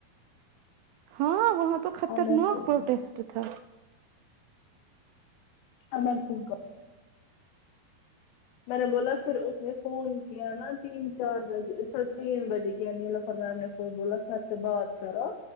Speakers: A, on the right; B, on the left.
A: ہاں وہاں تو خطرناک
B: امر سنگھ
A: پروٹیسٹ تھا
B: امر سنگھ کو میں نے بولا پھر اس نے فون کیا نا تین چار بجے سر تین بجے کیا نیلفر میم نے ف بولا سر سے بات کرو